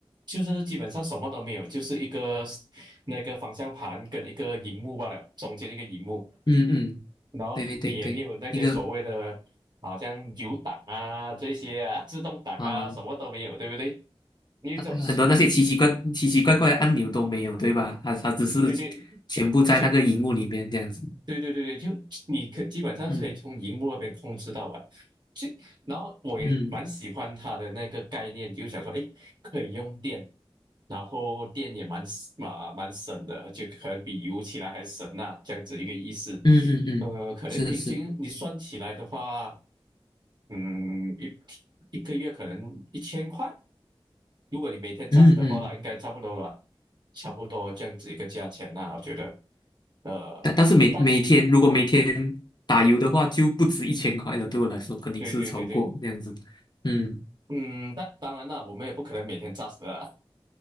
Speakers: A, on the right; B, on the left.
A: 就是基本上什么都没有，就是一个那个方向盘跟一个荧幕罢了，中间一个荧幕。
B: 嗯嗯，
A: 然后你也没有那些所谓的，
B: 对对对，一个
A: 好像有档啊这些啊，<laughs> 自动挡啊，
B: 啊。
A: 什么都没有，对不对？你就是
B: 很多那些奇奇怪奇奇怪怪的按钮都没有，对吧？它它只是
A: 对对，
B: 全部在那个荧幕里面这样子。
A: 就对对对对，就你可基本上可以从荧幕那边控制到啊。
B: 嗯
A: 就然后我也蛮喜欢它的那个概念，
B: 嗯
A: 就想说，哎，可以用电，然后电也蛮嘛蛮省的，就可能比油起来还省呐、这样子一个意思。
B: 嗯嗯嗯，
A: 呃，可能平均你算起来的话。
B: 是是，嗯
A: 嗯，一一个月可能一千块，如果你每天 j
B: 嗯嗯嗯嗯嗯嗯嗯
A: u 的话啦，应该差不多吧，差不多这样子一个价钱啦，我觉得，呃，
B: 但但是每每天如果每天打油的话，
A: 但
B: 就不止一千块了。对我来说，肯定是超过这样子。
A: 对对对对，
B: 嗯，
A: 嗯，但当然啦，我们也不可能每天 just 的啦，